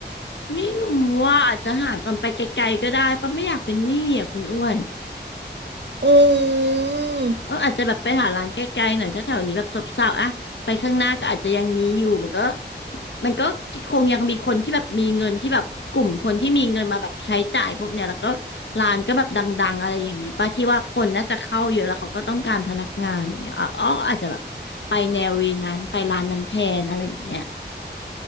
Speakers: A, on the left (about 80°); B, on the right (about 60°).
A: ไม่รู้ว่าอาจจะหาก่อนไปไกลๆก็ได้ปะไม่อยากเป็นหนี้อ่ะคุณอ้วน
B: อืม
A: เอออาจจะแบบไปหาร้านใกล้ๆหน่อยถ้าแถวนี้แบบซบเซาอะไปข้างหน้าก็อาจจะยังมีอยู่มันก็มันก็คงยังมีคนที่แบบมีเงินที่แบบกลุ่มคนที่มีเงินมาแบบใช้จ่ายพวกเนี้ยแล้วก็ร้านก็แบบดังๆอะไรอย่างนี้ป้าที่ว่าคนน่าจะเข้าเยอะแล้วเขาก็ต้องการพนักงานอย่างเงี้ยอ๋ออาจจะแบบไปแนววีนั้นไปร้านนั้นแทนอะไรอย่างเงี้ย